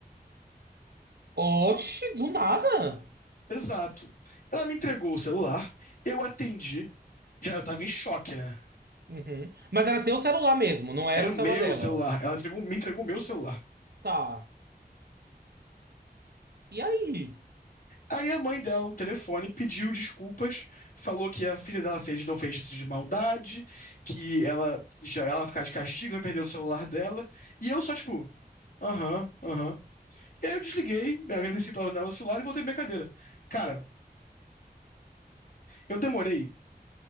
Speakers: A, on the right (about 70°); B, on the left (about 60°).
A: Oxe, do nada.
B: Exato. Ela me entregou o celular, eu atendi. Já eu tava em choque, né?
A: Uhum. Mas era teu celular mesmo, não era
B: Era
A: o
B: o
A: celular
B: meu
A: dela.
B: celular. Ela entregou- me entregou o meu celular.
A: Tá. E aí?
B: Aí a mãe dela, no telefone, pediu desculpas, falou que a filha dela fez, não fez isso de maldade, que ela já ela vai ficar de castigo, vai perder o celular dela. E eu só, tipo, aham, aham. E aí eu desliguei, me agradeci pela janela do celular e voltei pra minha cadeira. Cara, eu demorei,